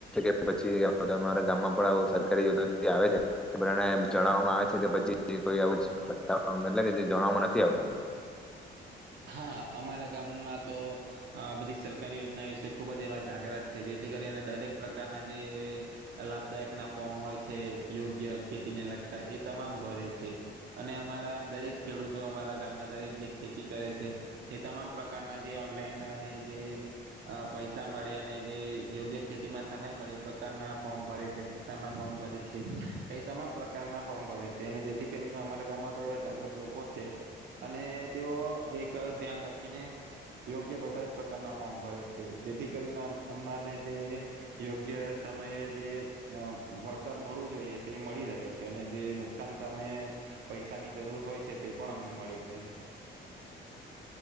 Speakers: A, in the centre; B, on the right.
A: કે પછી તમારા ગામમાં પણ સરકારી યોજના આવે છે. તે બધાને એ જણાવવામાં આવે છે કે પછી કોઈ આવું એ કે જે જણવામાં નથી આવતું.
B: હા, અમારા ગામમાં તો અહ બધી સરકારી યોજના વિશે ખુબ જ એવા જાગ્રત છે જેથી કરીને દરેક પ્રકારના જે લાભદાયક ના ફોર્મ હોય છે યોગ્ય ખેતીને લગતા એ તમામ ભરે છે. અને અમારા દરેક ખેડૂતો અમારા ગામના દરેક જે ખેતી કરે છે એ તમામ પ્રકારના જે ઓનલાઈન અને જે અહ પૈસા મળે અને જે યોગ્ય ખેતીમાં સહાય મળે એ પ્રકારના ફોર્મ ભરે છે, નુકસાન ના ફોર્મ ભરે છે. એ તમામ પ્રકારના ફોર્મ ભરે છે. અને જેથી કરીને અમારા ગામમાં તો એવા જાગ્રત લોકો છે. અને તેઓ એક ધ્યાન રાખીને યોગ્ય બધા જ પ્રકારના ફોર્મ ભરે છે. જેથી કરીને આમ-અમનાને જે યોગ્ય સમયે જે અમ્મ વળતર મળવું જોઈએ તે મળી રહે છે અને જે નુકસાન સામે પૈસાની જરૂર હોય છે તે પણ અમને મળી રહે છે.